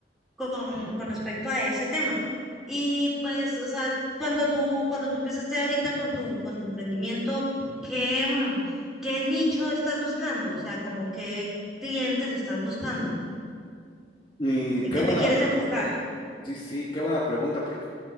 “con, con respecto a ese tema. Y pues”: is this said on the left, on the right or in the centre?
Centre